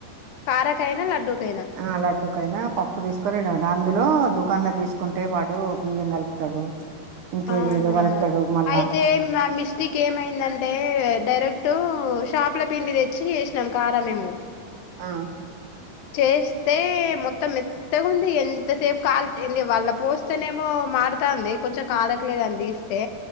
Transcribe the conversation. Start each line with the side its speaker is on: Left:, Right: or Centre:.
Left: కారకైనా లడ్డూకైనా
Right: ఆ లడ్డుకైనా పప్పు తీసుకొని దాన్ని అందులో దుకాన్ లో తీసుకుంటే వాడు బియ్యం కలుపుతాడు ఇంకేదేదో
Left: ఆహా
Right: కలుపుతాడు మళ్ళా
Left: అయితే మా మిస్టేక్ ఏమైందంటే డైరెక్టు షాప్ల పిండి తెచ్చి చేసినాం కారా మేము
Right: ఆ
Left: చేస్తే మొత్తం మెత్తగా ఉంది ఎంతసేపు కల్ వాళ్ళ పోస్తేనేమో మాడుతాంది కొంచెం కాలట్లేదని తీస్తే